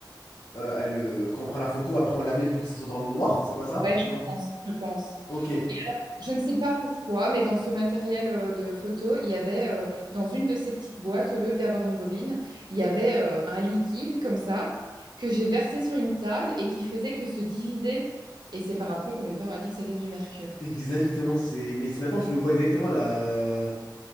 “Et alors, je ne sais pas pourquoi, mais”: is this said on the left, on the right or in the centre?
Right